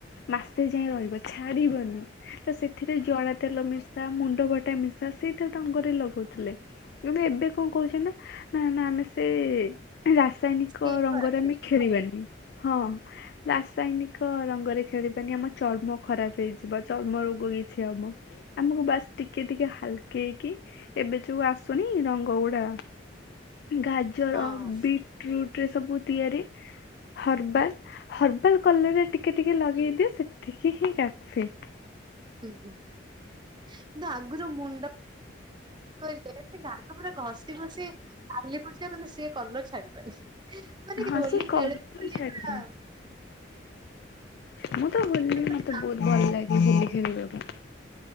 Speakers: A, on the left; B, on the right.
A: ମାସେ ଯାଏ ରହିବ ଛାଡିବନି। ତ ସେଥିରେ ଜଡା ତେଲ ମିଶା ମୁଣ୍ଡ ଫଟା ମିଶା ସେ କେତେ ଡଙ୍ଗରେ ଲଗଉଥିଲେ କିନ୍ତୁ ଏବେ କଣ କହୁଛେ ନା। ନା ନା ଆମେ ସେ ରାସାୟନିକ
B: ସ୍କିନ୍
A: ରଙ୍ଗରେ
B: ଖରାପ
A: ଆମେ
B: ହେଇଛି
A: ଖେଳିବାନି ହଁ। ରାସାୟନିକ ରଙ୍ଗରେ ଖେଳିବାନି ଆମ ଚର୍ମ ଖରାପ ହେଇଯିବ ଚର୍ମ ରୋଗ କିଛି ହବ। ଆମକୁ ବାସ୍ ଟିକେ ଟିକେ ହାଲ କେଇକି ଏବେ ଯୋଉ ଆସୁନି ରଙ୍ଗ ଗୁଡା ଗା ଜର
B: ହଁ ହଁ
A: ବିଟ୍ ରୁଟ ରେ ସବୁ ତିଆରି ହର୍ବାଲ ହ କଲରରେ ଟିକେ ଟିକେ ଲଗେଇ ଦିଏ ସେତିକି ହିଁ କାଫି।
B: ହୁଁ ହୁଁ କିନ୍ତୁ ଆଗ ଯଉ ମୁଣ୍ଡ ଗାଲ ପୁରା ଘଷି ଘଷି ଲାଲି ପଡିଯିବ କିନ୍ତୁ ସିଏ କଲର ଛାଡିବନି। ମାନେ
A: ହଁ
B: କି ହୋଲି
A: ସେ କଲର
B: ଖେଳ ହୋଲି
A: ହିଁ ଛାଡୁନି
B: ପା।
A: ମୁଁ ତ ହୋଲି
B: ମାନେ
A: ମତେ ବହୁତ ଭଲ ଲାଗେ କି ହୋଲି ଖେଳିବାକୁ।